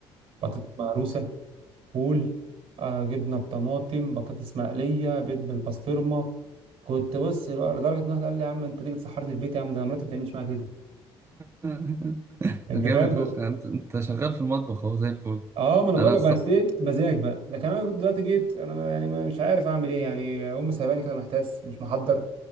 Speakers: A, on the right; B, on the right.
A: بطاطس مهروسة فول آه جبنة بطماطم بطاطس مقلية بيض بالبسطرمة كنت بص لو- لدرجة إن واحد قال لي يا عم أنت تيجي تسحرني في بيتي يا عم ده أنا مراتي ما بتعملش معايا كده
B: <laughs>
A: أنت
B: جامد
A: فاهم
B: فشخ يعني انت انت شغال في المطبخ اهو زي الفل
A: اه ما انا بقول
B: انا
A: لك
B: الص...
A: بس ايه مزاج بقى لكن انا كنت دلوقتي جيت انا يعني مش عارف اعمل ايه يعني امي سايباني كده محتاس مش محضر